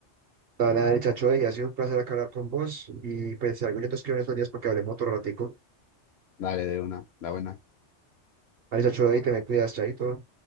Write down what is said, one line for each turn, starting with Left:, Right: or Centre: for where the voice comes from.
Right: Dale, chacho, y ha sido un placer acá hablar con vos. Y pues si algo yo te escribo en estos días para que hablemos otro ratico.
Left: Dale de una, la buena.
Right: Dale, chacho, y te me cuidas, chaito.